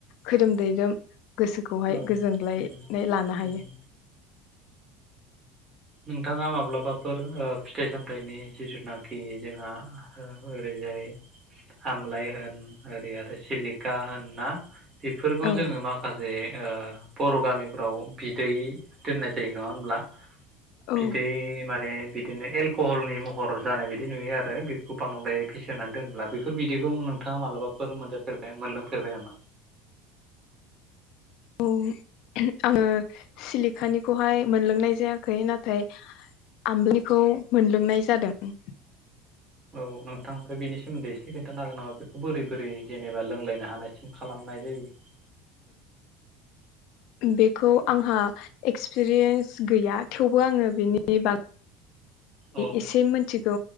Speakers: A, on the left; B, on the right.
A: खोदोम दैैदोम गोसोखौहाय
B: औ उम
A: गोजोनग्लायनाय लानो हायो
B: उम नोंथाङा माब्लाबाफोर फिथाइ सामथाइनि जिथुनाखि जोंहा ओरैजाय आमलााय होन ओरै आरो सिलिखा होननाा बेफोरखौ
A: औ
B: जोङो माखासे बर' गामिफ्राव बिदै दोननाय जायो नङा होनब्ला
A: औ
B: बिदै माने बिदिनो एलक'हलनि महर जानाय बिायदि नुयो आरो बेखौ बांद्राय फिसिानै दोनब्ला बेफोर बिदिखौ नोंथाङा मालाबाफोर मोनजाफेरबाय मोनलोंफेरबाय नामा
A: औ आङो सिलिखानिखौहाय मोनलोंनाय जायाखै नाथाय आमबनिखौ मोनलोंनाय जादों
B: औ नोंथांनिफ्राय बेनि सोमोन्दै एसे खोनन्थानो हागोन नामा बेखौ बोरै बोरै जेनेबा लोंलायनो हानायसिम खालामनाय जायो
A: बेखौ आंहा एक्सपिरियेन्स गैया थेवबो आङो बेनि बाग
B: औ
A: एसे मिथिगौ